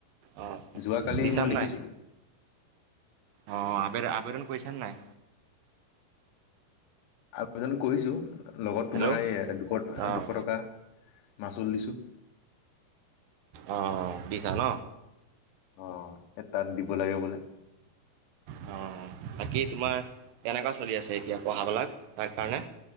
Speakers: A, on the right (about 75°); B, on the left (about 65°).
A: অ'।
B: যোৱাকালি
A: দিছা
B: মই দেখিছিলোঁ।
A: নাই? অ আবে আবেদন কৰিছা নে নাই,
B: আবেদন কৰিছো। লগত তোমাৰ
A: হেল্ল'
B: এই দুশ
A: অ',
B: দুশ টকা মাচুল দিছোঁ।
A: অ দিছা ন।
B: অ তাত দিব লাগে বোলে।
A: অঁ বাকী তোমাৰ কেনেকুৱা চলি আছে এতিয়া পঢ়াবিলাক তাৰ কাৰণে?